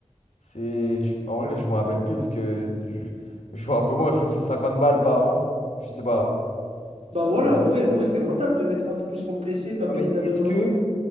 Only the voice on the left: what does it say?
C'est, je- en vrai je me rappelle plus parce que je, je vois un peu moins, je crois que c'est 50 balles par an, je sais pas.
Je se
foutais de la...
Ouais, mais
est-ce que,